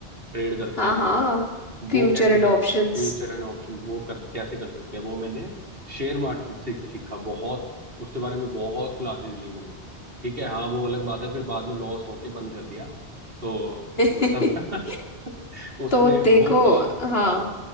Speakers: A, on the right; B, on the left.
A: ट्रेड करते
B: हाँ
A: हैं जो
B: हाँ Future
A: वो कैसे
B: and
A: कर
B: options
A: फ्यूचर एंड ऑप्शन वो कर कैसे कर सकते हैं वो मैंने शेयर मार्केट से सीखा बहुत उसके बारे में बहुत क्लासेस ली मैंने ठीक है हाँ वो अलग बात है फिर बाद में लॉस होके बंद कर दिया तो मतलब
B: <laughs>
A: <laughs> उसमें
B: तो देखो
A: वो श-
B: हाँ
A: हाँ